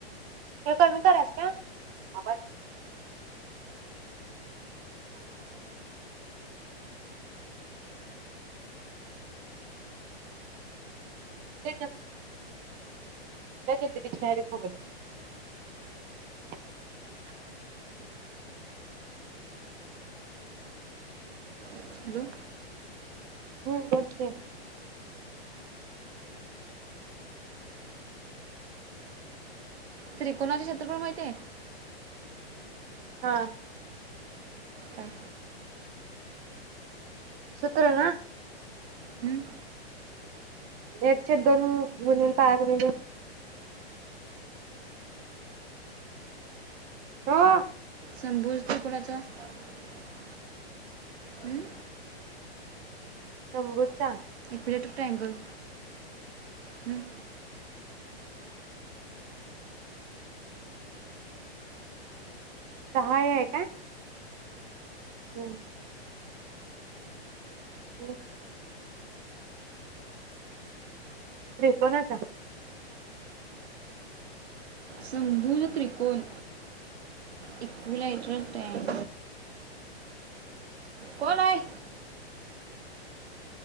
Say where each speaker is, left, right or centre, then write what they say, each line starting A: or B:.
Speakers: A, on the right (about 25°); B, on the right (about 75°).
A: हे कमी कररास काय <unintelligible> <unintelligible>
B: हॅलो.
A: हम् बोल की.
B: त्रिकोणाचे क्षेत्रफळ माहित आहे.
A: हा.
B: काय.
A: सूत्र ना.
B: हम्म?
A: एक छेद दोन गुणिले पाय गुणुले. आ.
B: समभुज त्रिकोणाचे. <unintelligible> हम्म.
A: शंभूरचा.
B: बलेट ट्रयंगल, हम.
A: सहाय आहे का. होम्. होम. त्रिकोणाचा.
B: समभुज त्रिकोण इक्विलायटर तयार कोण आहे.